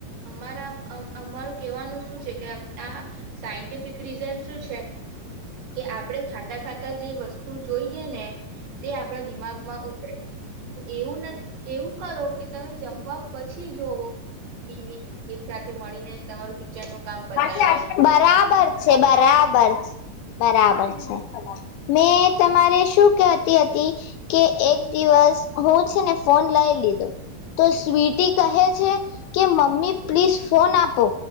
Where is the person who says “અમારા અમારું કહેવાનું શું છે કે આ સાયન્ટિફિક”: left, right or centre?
Right